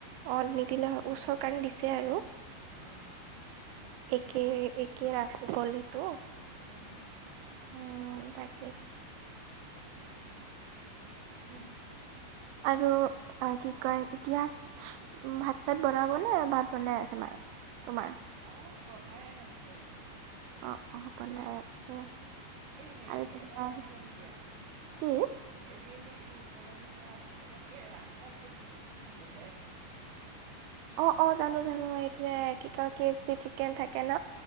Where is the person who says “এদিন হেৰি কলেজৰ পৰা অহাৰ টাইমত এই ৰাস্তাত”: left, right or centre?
Right